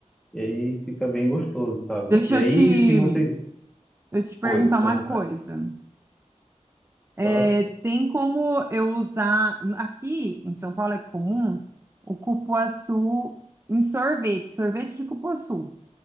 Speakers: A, in the centre; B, on the right.
A: E aí fica bem gostoso, sabe?
B: Deixa
A: E aí
B: eu te,
A: se você...
B: eu te perguntar
A: Oi, fica
B: uma
A: à vontade,
B: coisa. É,
A: claro.
B: tem como eu usar. Aqui em São Paulo é comum o cupuaçu em sorvete, sorvete de cupuaçu.